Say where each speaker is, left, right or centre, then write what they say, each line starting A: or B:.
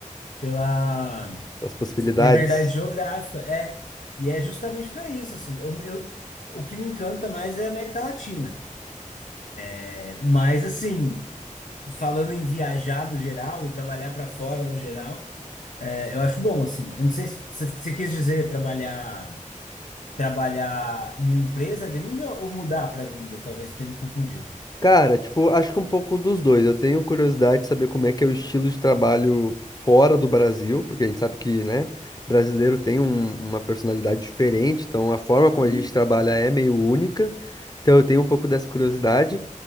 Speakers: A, on the left; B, on the left.
A: pela
B: As possibilidades?
A: Liberdade geográfica, é. E é justamente para isso, assim. Eu, eu- o que me encanta mais é a América Latina. É, mas, assim, falando em viajar no geral e trabalhar para fora no geral, é, eu acho bom, assim. Eu não sei se você você quis dizer trabalhar, trabalhar em uma empresa gringa ou mudar para gringa, talvez eu tenha me confundido.
B: Cara, tipo, acho que um pouco dos dois. Eu tenho curiosidade de saber como é que é o estilo de trabalho fora do Brasil, porque a gente sabe que, né, brasileiro tem um- uma personalidade diferente, então a forma como
A: Hum.
B: a gente trabalha é meio única. Então eu tenho um pouco dessa curiosidade.